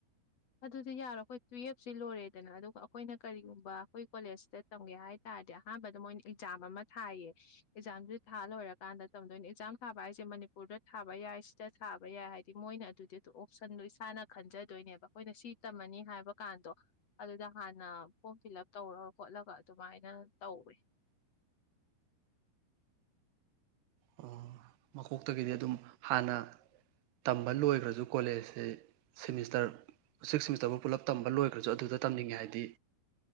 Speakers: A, on the left; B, on the right.
A: ꯑꯗꯨꯗꯤ ꯌꯥꯔꯣ ꯑꯩꯈꯣꯏ ꯇꯨꯌꯦꯜꯞꯁꯤ ꯂꯣꯏꯔꯦꯗꯅ ꯑꯗꯨꯒ ꯑꯩꯈꯣꯏꯅ ꯀꯔꯤꯒꯨꯝꯕ ꯑꯩꯈꯣꯏ ꯀꯣꯂꯦꯖꯇ ꯇꯝꯒꯦ ꯍꯥꯏ ꯇꯥꯔꯗꯤ ꯑꯍꯥꯟꯕꯗ ꯃꯣꯏꯅ ꯑꯦꯛꯖꯥꯝ ꯑꯃ ꯊꯥꯏꯌꯦ ꯑꯦꯛꯖꯥꯝꯗꯨ ꯊꯥ ꯂꯣꯏꯔꯀꯥꯟꯗ ꯇꯝꯗꯣꯏꯅꯦ ꯑꯦꯛꯖꯥꯝ ꯊꯥꯕ ꯍꯥꯏꯁꯦ ꯃꯅꯤꯄꯨꯔꯗ ꯊꯥꯕ ꯌꯥꯏ ꯁꯤꯗ ꯊꯥꯕ ꯌꯥꯏ ꯍꯥꯏꯗꯤ ꯃꯣꯏꯅ ꯑꯗꯨꯗꯤ ꯑꯗꯨ ꯑꯣꯞꯁꯟꯗꯣ ꯏꯁꯥꯅ ꯈꯟꯖꯗꯣꯏꯅꯦꯕ ꯑꯈꯣꯏꯅ ꯁꯤ ꯇꯝꯃꯅꯤ ꯍꯥꯏꯕꯀꯥꯟꯗꯣ ꯑꯗꯨꯗ ꯍꯥꯟꯅ ꯐꯣꯝ ꯐꯤꯜ ꯎꯞ ꯇꯧꯔꯒ ꯈꯣꯠꯂꯒ ꯑꯗꯨꯃꯥꯏꯅ ꯇꯧꯋꯦ
B: ꯑꯣ ꯃꯀꯣꯛꯇꯒꯤꯗꯤ ꯑꯗꯨꯝ ꯍꯥꯟꯅ ꯇꯝꯕ ꯂꯣꯏꯒ꯭ꯔꯁꯨ ꯀꯣꯂꯦꯖꯁꯦ ꯁꯦꯃꯤꯁꯇꯔ ꯁꯤꯛꯁ ꯁꯦꯃꯤꯁꯇꯔꯕꯥꯎ ꯄꯨꯜꯂꯞ ꯇꯝꯕ ꯂꯣꯏꯈ꯭ꯔꯁꯨ ꯑꯗꯨꯗ ꯇꯝꯅꯤꯡꯉꯦ ꯍꯥꯏꯗꯤ